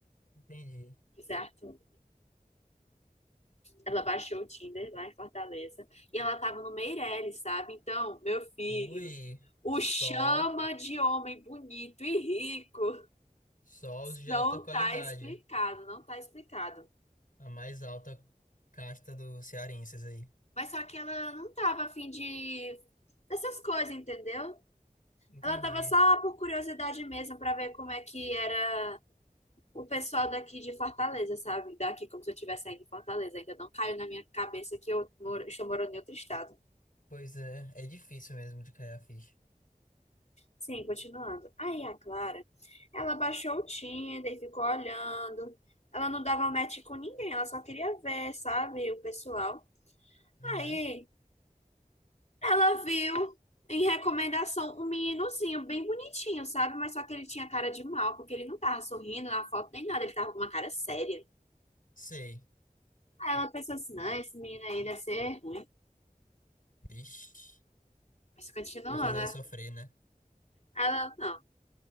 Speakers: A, on the left; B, on the left.
A: Entendi.
B: Certo? Ela baixou o Tinder lá em Fortaleza e ela tava no Meirelles, sabe? Então, meu filho,
A: Ui,
B: o
A: só,
B: chama de homem bonito e rico
A: só os de
B: não
A: alta qualidade.
B: tá explicado, não tá explicado.
A: A mais alta casta dos cearenses aí.
B: Mas só que ela não tava afim de dessas coisas, entendeu?
A: Entendi.
B: Ela tava só por curiosidade mesmo pra ver como é que era o pessoal daqui de Fortaleza, sabe? Daqui, como se eu estivesse saindo de Fortaleza. Ainda não caiu na minha cabeça que eu moro, estou morando em outro estado.
A: Pois é, é difícil mesmo de cair a ficha.
B: Sim, continuando. Aí a Clara, ela baixou o Tinder, e ficou olhando. Ela não dava match com ninguém, ela só queria ver, sabe, o pessoal.
A: Uhum.
B: Aí ela viu em recomendação um meninozinho bem bonitinho, sabe? Mas só que ele tinha cara de mal, porque ele não tava sorrindo na foto nem nada, ele tava com uma cara séria.
A: Sei.
B: Aí ela pensou assim: não, esse menino aí deve ser ruim.
A: Ixi.
B: Mas continua,
A: Vai fazer
B: né?
A: ela sofrer, né?
B: Ela, não,